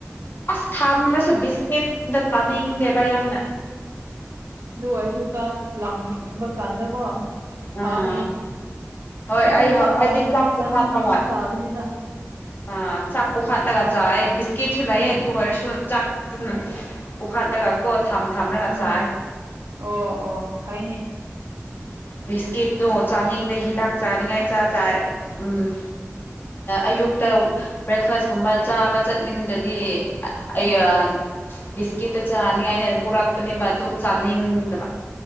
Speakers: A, on the left; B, on the right.
A: ꯑꯁ ꯊꯝꯔꯁꯦ ꯕꯤꯁꯃꯤꯠꯗ ꯇꯥꯅꯤꯡ ꯗꯦꯕ ꯌꯥꯝꯅ
B: ꯑꯗꯨ ꯑꯣꯏꯔꯁꯨ ꯆꯥꯛ ꯂꯝꯕ ꯀꯥꯟꯗꯀꯣ
A: ꯑꯥ
B: ꯐꯥꯕꯅꯦ ꯑꯩꯈꯣꯏ
A: ꯍꯣꯏ ꯑꯩ
B: ꯆꯥꯛ
A: ꯑꯩꯗꯤ
B: ꯂꯥꯝꯗꯣꯏꯅꯦ
A: ꯆꯥꯛ ꯄꯨꯈꯠꯂꯒ
B: ꯆꯥꯅꯤꯡꯗ꯭ꯔꯁꯨ ꯆꯥꯕꯅꯤꯗ
A: ꯑ ꯆꯥꯛ ꯄꯨꯈꯠꯂꯒꯥ ꯆꯥꯌꯦ ꯕꯤꯁꯀꯤꯠꯁꯨ ꯂꯩꯌꯦ ꯇꯨ ꯑꯣꯏꯔꯁꯨ ꯆꯥꯛꯇꯨꯅ ꯎꯈꯠꯂꯒ ꯀꯣ ꯊꯝ ꯊꯝꯂꯒ
B: ꯎꯝ
A: ꯆꯥꯏ
B: ꯑꯣ ꯑꯣ ꯐꯩꯅꯦ
A: ꯕꯤꯁꯀꯤꯠꯗꯣ ꯆꯥꯅꯤꯡꯗꯦ ꯍꯤ ꯇꯥꯛ ꯆꯅꯤꯡꯉꯥꯏ ꯆ ꯆꯥꯏ ꯎꯝ ꯑꯌꯨꯛꯇ ꯕ꯭ꯔꯦꯛꯐꯥꯁꯀꯨꯝꯕ ꯆꯥꯕ ꯆꯠꯅꯤꯡꯗ꯭ꯔꯗꯤ ꯑꯩ
B: ꯎꯝ
A: ꯕꯤꯁꯀꯤꯠꯇꯣ ꯆꯥꯅꯤꯡꯉꯥꯏꯅꯦ ꯍꯟꯅ ꯄꯨꯔꯛꯄꯅꯦꯕ ꯑꯗꯨ ꯆꯥꯅꯤꯡꯗꯕ